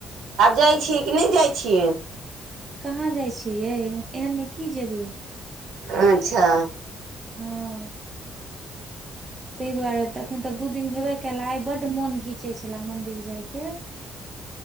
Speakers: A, on the right; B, on the right.
A: जाइ छियै कि नहि जाइ छियै।
B: कहाँ जाइ छिये यै एहन मे की जेबे।
A: अच्छा
B: हँ ताइ दुआरे तऽ एखन तऽ दू दिन भेबे केले आइ बढ़मोन घीचे छलाे मंदिर जाय के